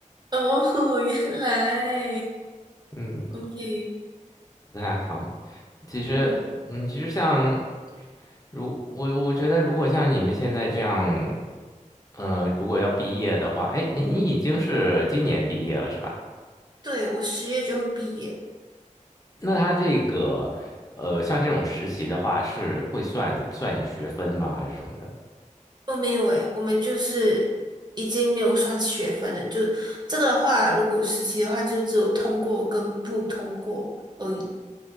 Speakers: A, on the right (about 35°); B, on the left (about 25°).
A: 哦，原来
B: 嗯，
A: ，OK，
B: 不太好。其实，
A: 嗯，
B: 嗯，其实像如我我觉得，如果像你们现在这样，呃，如果要毕业的话，哎，你你已经是今年毕业了是吧？
A: 对，我十月就会毕业。
B: 那他这个，呃，像这种实习的话，是会算算你学分吗？还是什么的？
A: 哦，没有诶，我们就是已经没有算学分了。就这个的话，如果实习的话，就只有通过跟不通过而已。